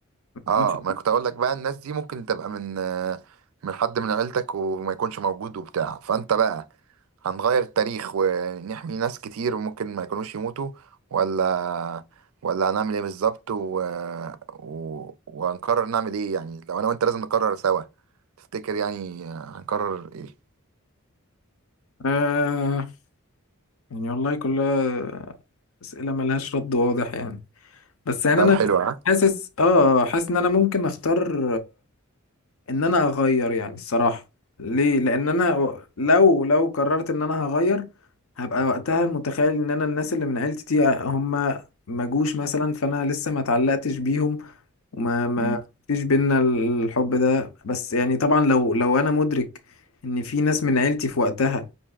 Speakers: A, on the right (about 75°); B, on the left (about 75°).
A: اه
B: ماشي.
A: ما كنت أقول لك بقى الناس دي ممكن تبقى من آه، من حد من عيلتك وما يكونش موجود وبتاع فأنت بقى هنغير التاريخ ونحمي ناس كتير ممكن ما يكونوش يموتوا ولا ولا هنعمل ايه بالظبط و... و... وهنقرر نعمل ايه يعني لو انا وانت لازم نقرر سوا تفتكر يعني آه، هنقرر ايه
B: آه يعني والله كلها أسئلة ملهاش رد واضح يعني بس يعني
A: سؤال
B: أنا
A: حلو ها؟
B: حاسس آه حاسس إن أنا ممكن أختار ان انا اغير يعني الصراحة ليه لان انا و- لو لو قررت ان انا هغير هبقى وقتها متخيل ان انا الناس اللي من عيلتي دي هم ما جوش مثلا فانا لسه ما اتعلقتش بيهم وما ما
A: مم.
B: فيش بينا الحب ده بس يعني طبعا لو لو انا مدرك ان في ناس من عيلتي في وقتها